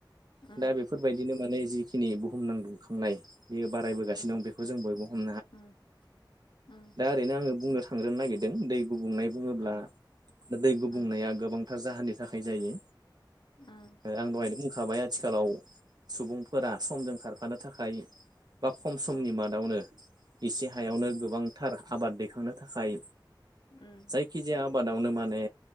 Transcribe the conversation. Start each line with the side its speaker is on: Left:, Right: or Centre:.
Left: उम
Right: दा बेफोरबायदिनो माने जिखिनि बुहुम नां लुखांनाय बेयो बारायबोगासिनो
Left: उम
Right: दं बेखौ जों बयबो दा
Left: उम उम
Right: ओरैनो आङो बुंनो थांनो नागिरदों। दै गुबुंनाय बुङोब्ला
Left: उम
Right: दै गुबुंनाया
Left: उम
Right: गोबांथार जाहोननि थाखाय जायो।
Left: उम
Right: आं दहायनो। होखाबाय आथिखालाव सुबुंफोरा समजों खारफानो थाखाय बा खम समनि
Left: औ
Right: मादावनो एसे हायावनो
Left: उम
Right: गोबांथार आबाद दैखांनो थाखाय
Left: उम
Right: जायखिजाया आबादावनो माने